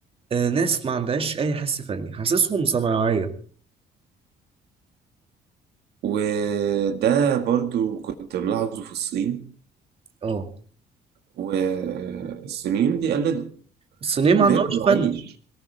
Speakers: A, on the right (about 30°); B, on the right (about 65°).
A: آه، ناس ما عندهاش اي حس فني حاسسهم صناعية
B: وده برضو كنت ملاحظه في الصين
A: اه
B: والصينيين بيقلدوا
A: الصينيين
B: وبياكلوا
A: ما عندهمش فن
B: عيش